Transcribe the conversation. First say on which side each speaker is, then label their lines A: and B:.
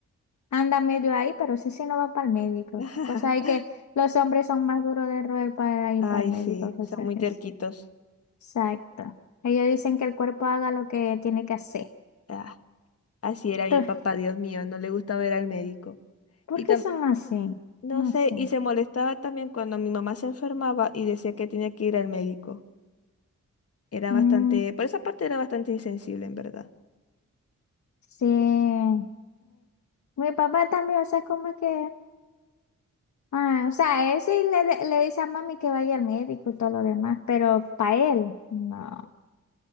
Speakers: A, on the left; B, on the left.
A: anda medio ahí, pero ese sí no va para el médico.
B: <laughs>
A: O sea, hay que los hombres son más duros de roer para ir
B: Ay,
A: para el médico,
B: sí,
A: que
B: son
A: sé
B: muy
A: que
B: terquitos.
A: es. Exacto. Ellos dicen que el cuerpo haga lo que tiene que hacer.
B: Ah, así era mi
A: Entonces,
B: papá, Dios mío, no le gustaba ir al médico.
A: ¿por
B: Y
A: qué
B: tam-
A: son así?
B: no
A: No
B: sé,
A: sé.
B: y se molestaba también cuando mi mamá se enfermaba y decía que tenía que ir al médico. Era
A: Mm,
B: bastante, por esa parte era bastante insensible, en verdad.
A: Sí, eh, mi papá también, o sea, es como que, ah, o sea, él sí le, de- le dice a mami que vaya al médico y todo lo demás, pero para él, no.
B: Ujú.
A: O